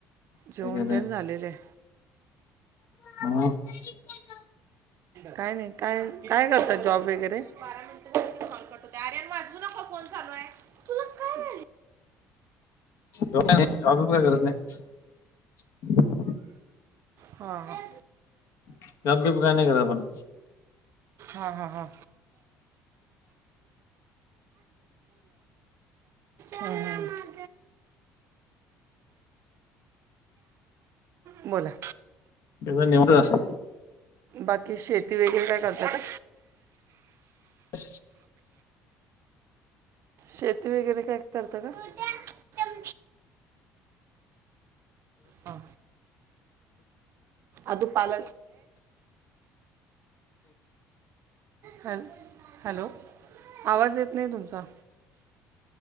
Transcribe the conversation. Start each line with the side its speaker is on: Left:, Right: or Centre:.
Left: काय
Right: जेवण
Left: केलंय
Right: तेण झालेलं आहे
Left: ह
Right: काय नाही काय काय करतात जॉब वगैरे बारा मिनिट कॉल करत होते आर्यन अजून नका फोन चालू आहे तुला काय झा
Left: का नाही शॉबय करत नाही
Right: हां ह
Left: कित बीप काय नाही करत आपण
Right: हा हा हा हां बोला
Left: एक नवच जात
Right: बाकी शेती वगैरे काय करतात का
Left: ह
Right: शेती वगैरे काय करत का हां अध पाल हॅल हॅलो आवाज येत नाही तुमचा